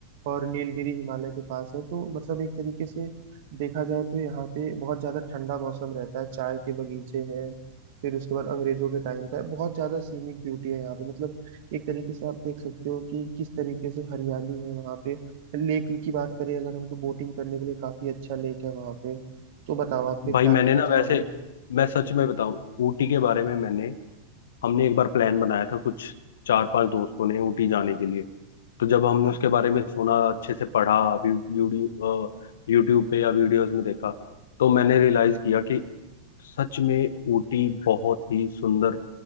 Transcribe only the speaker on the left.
भाई
मैंने
ना
वैसे मैं सच में बताऊं ऊटी के बारे में मैंने हमने एक बार प्लान बनाया था कुछ चार पांच दोस्तों ने ऊटी जाने के लिए तो जब हमने उसके बारे में सुना अच्छे से पढ़ा यूट्यूब यूट्यूब पे या वीडियोस में देखा तो मैंने रियलाइज किया कि सच में ऊटी बहुत ही सुंदर